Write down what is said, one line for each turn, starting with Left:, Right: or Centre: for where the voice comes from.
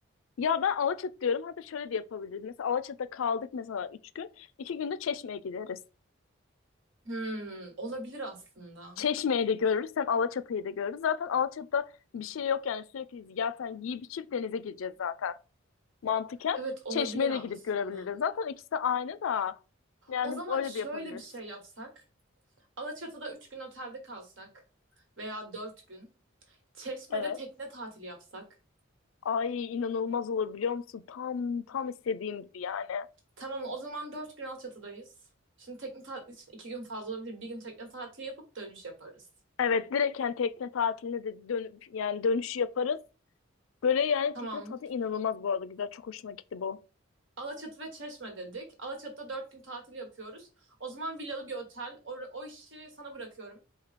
Left: ya ben Alaçatı diyorum. Hatta şöyle de yapabiliriz. Mesela Alaçatı'da kaldık mesela 3 gün. iki günde Çeşme'ye gideriz.
Right: Hmm, olabilir aslında.
Left: Çeşme'yi de görürüz hem Alaçatı'yı da görürüz. Zaten Alaçatı'da bir şey yok yani sürekli zaten yiyip içip denize gireceğiz zaten. Mantıken
Right: Evet olabilir
Left: Çeşme'ye de
Right: aslında.
Left: gidip görebiliriz. Zaten ikisi de aynı da yani
Right: O zaman
Left: öyle
Right: şöyle
Left: de yapabiliriz.
Right: bir şey yapsak. Alaçatı'da 3 gün otelde kalsak veya 4 gün. Çeşme'de
Left: Evet.
Right: tekne tatili yapsak.
Left: Ay inanılmaz olur biliyor musun? Tam tam istediğim gibi yani.
Right: Tamam o zaman dört gün Alçatı'dayız. Şimdi tekne tatili için iki gün fazla olabilir. Bir gün tekne tatili yapıp dönüş yaparız.
Left: Evet direkt yani tekne tatiline de dön yani dönüşü yaparız. Böyle yani
Right: Tamam.
Left: tekne tatili inanılmaz bu arada güzel. Çok hoşuma gitti bu.
Right: Alaçatı ve Çeşme dedik. Alaçatı'da dört gün tatil yapıyoruz. O zaman villalı bir otel. O, o işi sana bırakıyorum.